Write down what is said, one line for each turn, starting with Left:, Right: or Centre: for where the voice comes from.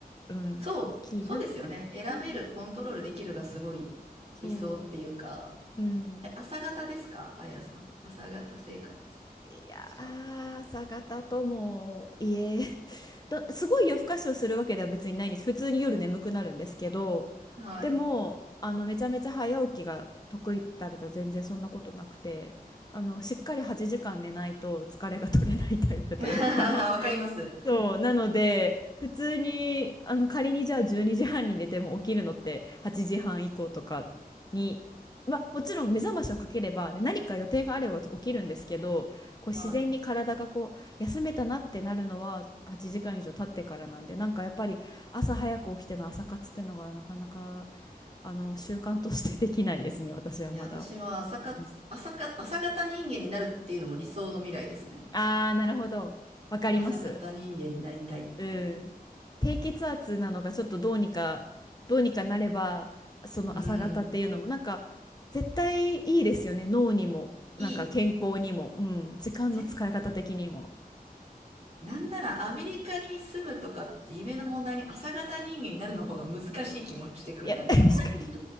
Left: うん、
Right: そう、
Left: 大きいなって。
Right: そうですよね。選べる、
Left: うん
Right: コントロールできるがすごい
Left: そ
Right: 理想っていうか、
Left: う、うん。
Right: え、朝方ですかあやさん。朝方生活
Left: いやー、
Right: ですか
Left: 朝方ともいえ <laughs> だ、すごい夜更かしをするわけでは別にないんです。普通に夜眠くなるんですけど、
Right: はい。
Left: でも、あの、めちゃめちゃ早起きが得意だったら全然そんなことなくて、あの、しっかり8時間寝ないと疲れが取れないタイプというか
Right: <laughs> わかります。
Left: そう、なので、普通に、あの、仮にじゃあ12時半にじはんに寝ても起きるのって8時半以降とかに、まあ、もちろん目覚ましをかければ、で、何か予定があれば起きるんですけど、こう自然に体がこう、
Right: はい。
Left: 休めたなってなるのは8時間以上経ってからなんで、なんかやっぱり朝早く起きての朝活ってのがなかなか、あの、習慣としてできないですね、私はまだ。
Right: いや、私は朝活、
Left: うん
Right: 朝か、朝方人間になるっていうのも理想の未来ですね。
Left: あー、なるほど。わかります。
Right: 朝方人間になりたいっていう。
Left: うん低血圧なのがちょっとどうにかどうにかなればその朝方っていうのもなんか絶対いいですよね脳にもなんか健康にも、
Right: うん。いい。
Left: うん、時間の使い方的にも。
Right: ぜ、なんならアメリカに住むとかって夢の問題に朝方人間になるの方が難しい気もしてくる、
Left: いや
Right: なんか。
Left: <laughs> 確かに
Right: <laughs>